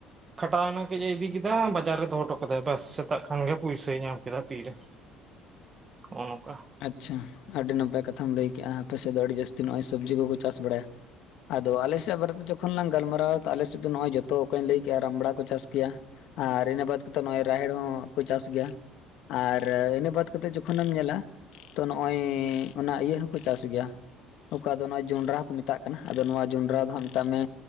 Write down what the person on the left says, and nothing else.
<inaudible>
ᱟᱪᱪᱷᱟ, ᱟᱹᱰᱤ ᱱᱟᱯᱟᱭ ᱠᱟᱛᱷᱟᱢ ᱞᱟᱹᱭ ᱠᱮᱜ-ᱟ ᱟᱯᱮ ᱥᱮᱫ ᱫᱚ ᱟᱹᱰᱤ ᱡᱟᱹᱥᱛᱤ ᱱᱚᱜ-ᱚᱭ ᱥᱚᱵᱽᱡᱤ ᱠᱚᱠᱚ ᱪᱟᱥ ᱵᱟᱲᱟᱭᱟ᱾ ᱟᱫᱚ ᱟᱞᱮ ᱥᱮᱫ ᱵᱟᱨᱮᱛᱮ ᱡᱚᱠᱷᱚᱱ ᱞᱟᱝ ᱜᱟᱞᱢᱟᱨᱟᱣ, ᱛᱚ ᱟᱞᱮ ᱥᱮᱫ ᱫᱚ ᱱᱚᱜᱼᱚᱭ ᱡᱚᱛᱚ ᱚᱠᱟᱧ ᱞᱟᱹᱭ ᱠᱮᱜᱼᱟ ᱨᱟᱢᱵᱲᱟ ᱠᱚ ᱪᱟᱥ ᱜᱤᱭᱟ᱾ ᱟᱨ ᱤᱱᱟᱹ ᱵᱟᱫ ᱠᱟᱛᱮᱫ ᱱᱚᱜ-ᱚᱭ ᱨᱟᱦᱮᱲ ᱦᱚᱸᱠᱚ ᱪᱟᱥ ᱜᱮᱭᱟ᱾ ᱟᱨ ᱤᱱᱟᱹ ᱵᱟᱫ ᱠᱟᱛᱮᱫ ᱡᱚᱠᱷᱚᱱᱮᱢ ᱧᱮᱞᱟ ᱛᱚ, ᱱᱚᱜ-ᱚᱭ ᱚᱱᱟ ᱤᱭᱟᱹ ᱦᱚᱸᱠᱚ ᱪᱟᱥ ᱜᱮᱭᱟ᱾ ᱚᱠᱟ ᱫᱚ ᱱᱚᱜ-ᱚ ᱡᱚᱸᱰᱨᱟ ᱠᱚ ᱢᱮᱛᱟᱜ ᱠᱟᱱᱟ, ᱟᱫᱚ ᱱᱚᱣᱟ ᱡᱚᱸᱰᱨᱟ ᱫᱚ ᱦᱟᱸᱜ ᱢᱮᱛᱟᱜ ᱢᱮ